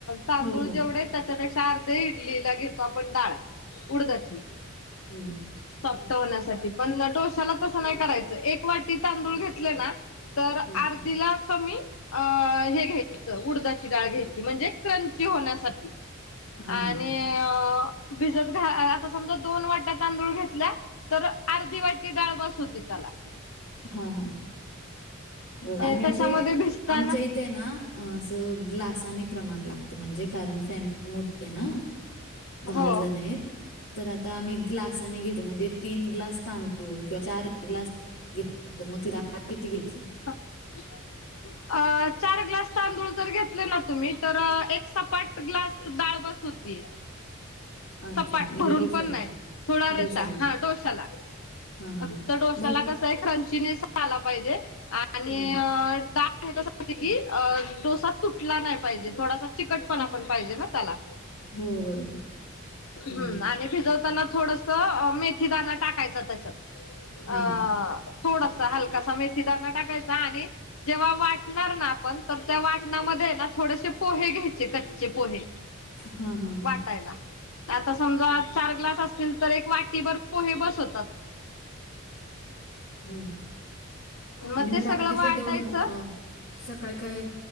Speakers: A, on the left; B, on the left.
A: तांदूळ
B: हो हो
A: जेवढे त्याच्यापेक्षा अर्धे इडलीला घेतो आपण डाळ उडदा ची.
B: हम्म.
A: सॉफ्टहॊण्यासाठी पण डोश्याला तसं नाही करायचं एक वाटी तांदूळ घेतलं ना तर
B: हम्म.
A: आर्धीला कमी अं हे घ्यायचं उडदाची डाळ घ्यायची म्हणजे क्रंची होण्यासाठी.
B: हा
A: आणि
B: हा
A: अ भिजत घा आता समजा दोन वाट्या तांदूळ घेतल्या तर अर्धी वाटी डाळ बस होती त्याला.
B: हा हा. बर आणि असे
A: त्याच्यामध्ये भिजताना
B: आमच्या इ ते ना असं ग्लासानी प्रमाण लागत म्हणजे कारण फॅमि मोठी ना दहा
A: हो
B: जण आहेत तर आता तर आम्ही ग्लासाने घेतो म्हणजे तीन ग्लास तांदूळ किंवा चार ग्लास घेतली तर मग ति डाळ किती घ्यायची?
A: <inaudible> अ चार ग्लास तांदूळ जर घेतले ना तुम्ही तर एक सपाट ग्लास डाळ बस होतीय.
B: अच्छा
A: सपाट
B: म्हणजे
A: भरून
B: डोस्याला
A: पण नाही थोड
B: डोस्याला
A: रट हा डोशाला.
B: हां, हां.
A: फक्त डोश्याला
B: मग
A: कसय क्रंचीनेस आला पाहिजे आणि
B: हं.
A: डाळ ह्याच्या साठी की अ डोसा तुटला नाही पाहिजे थोडासा चिकटपणा पण पाहिजे ना त्याला.
B: हो बरोबर.
A: हम्म
B: हं.
A: आणि भिजवताना थोडस मेथी थी दाना टाकायचा त्याच्यात
B: हां.
A: अ थोडासा हलकासा मेथीदाणा टाकायचा आणि जेव्हा वाटणार ना आपण तर त्या वाट टना मध्ये हाय ना थोडेसे पोहे घ्यायचे कच्चे पोहे
B: हां हां हां.
A: टायला. आता समजा चार ग्लास असतील तर एक वाटी भर पोहे बास होतात.
B: हं.
A: मग
B: आणि
A: ते सगळं
B: रात्री
A: वाटायचं
B: दळून अ, सकाळी काय